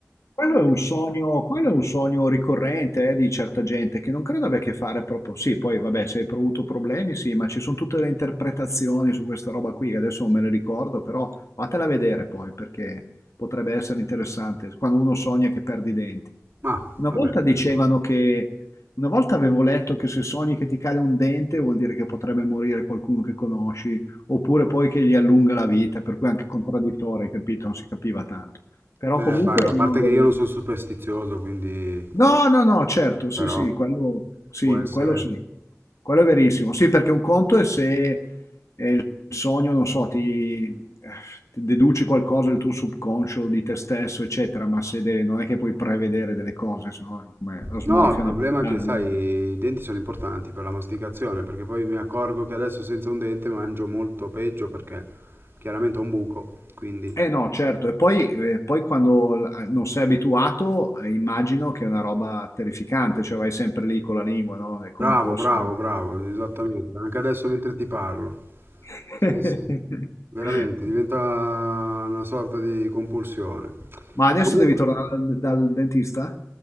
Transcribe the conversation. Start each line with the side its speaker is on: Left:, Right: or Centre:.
Left: Quello è un sogno quello è un sogno ricorrente, eh, di certa gente che non credo abbia a che fare proprio sì, poi vabbè se hai avuto problemi sì, ma ci sono tutte le interpretazioni su questa roba qui che adesso non me le ricordo, però fatela vedere poi perché potrebbe essere interessante quando uno sogna che perde i denti.
Right: Ma,
Left: Una
Right: vabbè,
Left: volta dicevano
Right: non posso.
Left: che una volta avevo letto che se sogni che ti cade un dente vuol dire che potrebbe morire qualcuno che conosci, oppure poi che gli allunga la vita, per cui anche contraddittorio, hai capito? Non si capiva tanto. Però
Right: Eh,
Left: comunque
Right: beh, a
Left: è uno
Right: parte
Left: dei
Right: che io non sono superstizioso, quindi...
Left: No, no, no, certo, sì,
Right: però
Left: sì, quello sì,
Right: può essere...
Left: quello sì, quello è verissimo. Sì, perché un conto è se è il sogno, non so, ti, eh, ti deduci qualcosa del tuo subconscio, di te stesso, eccetera, ma se de- non è che puoi prevedere delle cose, se no è come la smorfia
Right: No, il problema
Left: napoletana.
Right: è che, sai,
Left: diventa.
Right: i denti sono importanti per la masticazione, perché poi mi accorgo che adesso senza un dente mangio molto peggio perché chiaramente ho un buco, quindi...
Left: Eh no, certo, e poi, eh, poi quando l- non sei abituato, eh, immagino che è una roba terrificante, cioè vai sempre lì con la lingua, no? È come
Right: Bravo,
Left: fosse...
Right: bravo,
Left: un-
Right: bravo, esattamente. Anche adesso mentre ti parlo.
Left: <laughs>
Right: Stessa... Veramente, diventa una sorta di compulsione.
Left: Ma adesso
Right: Comunque...
Left: devi tornare dal, dal dentista?